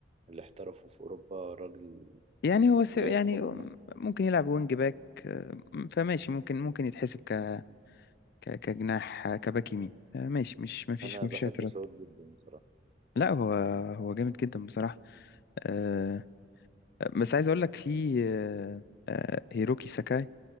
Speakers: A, on the right; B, on the left.
A: اللي احترفوا في اوروبا راجل
B: يعني هو س...
A: لعب
B: يعني
A: في روما
B: ممكن يلعب وينج باك آه، فماشي ممكن ممكن يتحسب ك... ك... كجناح آه، كباك يمين آه، ماشي مش ما فيش
A: انا
B: ما
A: بحب
B: فيش اعتراض
A: سعود جدا بصراحه
B: لا هو هو جامد جدا بصراحة آه، بس عايز اقول لك في آه، آه، هيروكي ساكاي